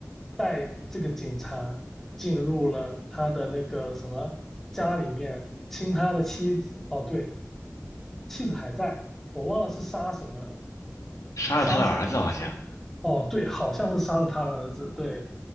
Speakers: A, in the centre; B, on the left (about 80°).
A: 带这个警察进入了他的那个什么家里面，亲他的妻子，哦，对，妻子还在，我忘了是杀什么
B: 杀了他的儿子好像，
A: 杀死了侄子。哦，对，好像是杀了他的儿子。对，